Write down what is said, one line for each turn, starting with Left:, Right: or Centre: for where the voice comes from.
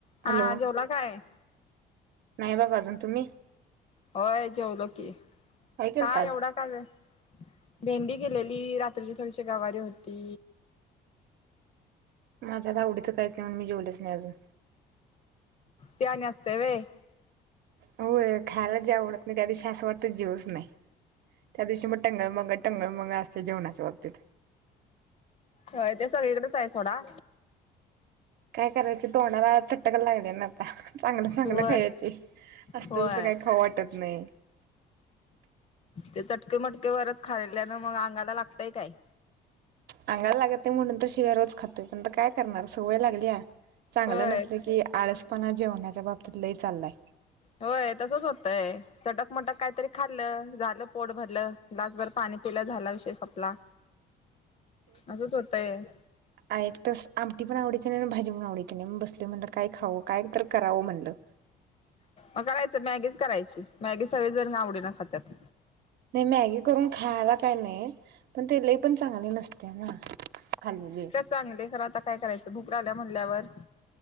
Left: हा
Right: हॅलो
Left: हा, जेवला काय?
Right: नाही बघ अजून तुम्ही?
Left: होय जेवलो की
Right: काय केलंत
Left: का
Right: आज
Left: एवढा का ग? भेंडी गेलेली रात्रीची थोडीशी गवारी होती.
Right: माझ्या आवडीच काहीच नाही, म्हणून मी जेवलेच नाही अजून.
Left: ते आणि असतंय व्हय.
Right: होय. खायला जे आवडत नाही त्या दिवशी असं वाटतं जेवूच नये त्या दिवशी मग टंगलमंगल टंगमंगळ असतय जेवणाच्या बाबतीत
Left: व्हय ते सगळीकडच आहे सोडा
Right: काय करायच तोंडाला चटक लागल्या ना चांगलं चांगलं
Left: होय
Right: खायची असलं
Left: होय
Right: तसंल काही खाऊ वाटत नाही
Left: ते चटके मटके वरच खाल्यान मग अंगाला लागतय काय
Right: अंगाला लागत नाही म्हणून तर शिव्या रोज खातोय पण आता काय करणार सवय लागल्या चांगलं
Left: होय
Right: नसल की आळसपणा जेवणाच्या बाबतीत लय चाललाय
Left: होय तसंच होतय चटकमटक काहीतरी खाल्लं झालं पोट भरलं ग्लासभर पाणी पिलं झाला विषय संपला असंच होतंय
Right: हा एक तास आमटी पण आवडीची नाही आणि भाजी पण आवडीची नाही म्हणून बसलोय म्हणलं काय खाऊ काय तर करावं म्हणलं
Left: मग करायचं मॅगीच करायची मॅगी सगळी जण आवडीन खात्यात
Right: नाही मॅगी करून खायला काही नाही पण ते लय पण चांगली नसत्या नसत्या ना खाल्लेली
Left: चांगली खर आता काय करायचं भुक लागल्या म्हणल्यावर